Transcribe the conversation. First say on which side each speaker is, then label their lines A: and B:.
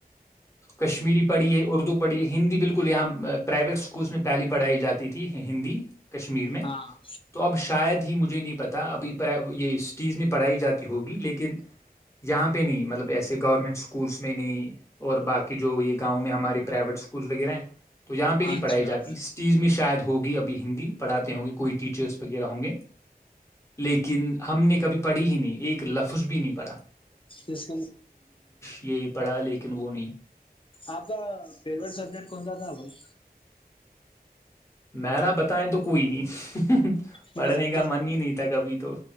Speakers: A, on the left (about 15°); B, on the left (about 30°).
A: کشمیری پڑھی ہے اردو پڑھی ہندی بالکل یہاں پرائیویٹ اسکولس میں پہلی پڑھائی جاتی تھی ہندی کشمیر میں
B: ہاں
A: تو اب شاید مجھے نہیں پتا ابھی یہ سٹیز میں پڑھائی جاتی ہوگی لیکن یہاں پہ نہیں مطلب ایسے گورنمنٹ اسکولس میں نہیں اور باقی جو یہ گاؤں میں ہمارے پرائیویٹ اسکولس وغیرہ ہیں تو یہاں پہ نہیں
B: اچھا
A: پڑھائی جاتی اس چیز میں شاید ہوگی اب ہندی پڑھاتے ہوں گے کوئی ٹیچرس وغیرہ ہوں گے لیکن ہم نے کبھی پڑھی ہی نہیں ایک ایک لفظ بھی نہیں پڑا
B: اس
A: یہ پڑھا لیکن وہ نہیں
B: آپ کا فیوریٹ سبجیکٹ کون سا تھا بھائی
A: میرا بتائیں تو کوئی نہیں
B: پے
A: پڑھنے
B: سبٹ
A: کا من ہی نہیں تھا کبھی تو